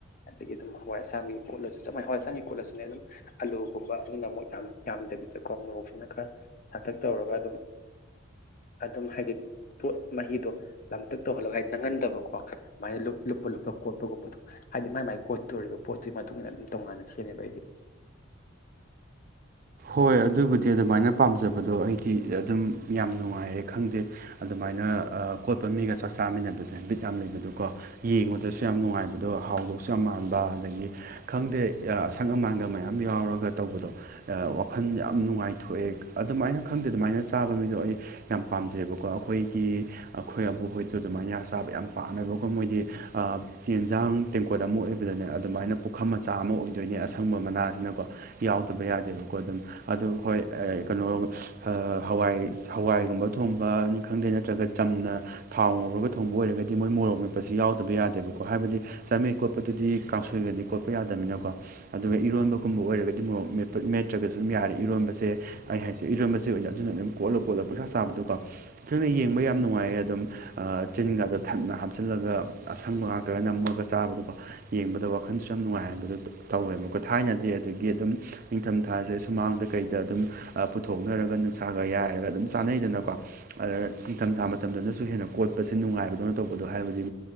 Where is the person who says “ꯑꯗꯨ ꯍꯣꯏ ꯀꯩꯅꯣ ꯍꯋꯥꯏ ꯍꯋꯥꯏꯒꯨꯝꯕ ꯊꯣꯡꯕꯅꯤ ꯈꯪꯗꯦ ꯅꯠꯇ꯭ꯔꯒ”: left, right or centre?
Right